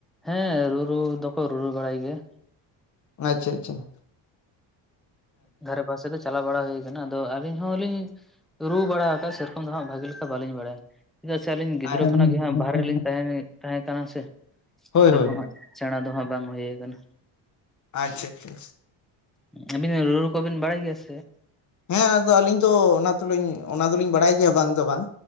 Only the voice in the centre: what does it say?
ᱦᱮᱸ ᱨᱩᱨᱩ ᱫᱚᱠᱚ ᱨᱩᱨᱩ ᱵᱟᱲᱟᱭ ᱜᱮᱭᱟ
ᱫᱷᱟᱨᱮ ᱯᱟᱥᱮ ᱫᱚ ᱪᱟᱞᱟᱣ ᱵᱟᱲᱟ ᱦᱩᱭ ᱟᱠᱟᱱᱟ ᱟᱫᱚ ᱟᱹᱞᱤᱧ ᱦᱚᱸᱞᱤᱧ ᱨᱩ ᱵᱟᱲᱟ ᱟᱠᱟᱫ ᱥᱮᱨᱚᱠᱚᱢ ᱫᱚ ᱦᱟᱸᱜ ᱵᱷᱟᱹᱜᱤ ᱞᱮᱠᱟ ᱵᱟᱹᱞᱤᱧ ᱵᱟᱲᱟᱭᱟ ᱪᱮᱫᱟᱜ ᱥᱮ ᱟᱹᱞᱤᱧ ᱜᱤᱫᱽᱨᱟᱹ
ᱠᱷᱚᱱᱟᱜ ᱜᱮ ᱦᱟᱸᱜ ᱵᱟᱦᱨᱮ ᱨᱮᱞᱤᱧ ᱛᱟᱦᱮ ᱛᱟᱦᱮᱸ ᱠᱟᱱᱟ ᱥᱮ
ᱥᱮᱨᱚᱠᱚᱢ
ᱦᱟᱸᱜ ᱫᱟᱬᱟ ᱫᱚ ᱦᱟᱸᱜ ᱵᱟᱝ ᱦᱩᱭ ᱠᱟᱱᱟ
<unintelligible> ᱨᱩ ᱨᱩ ᱠᱚᱵᱤᱱ ᱵᱟᱲᱟᱭ ᱜᱮᱭᱟ ᱥᱮ?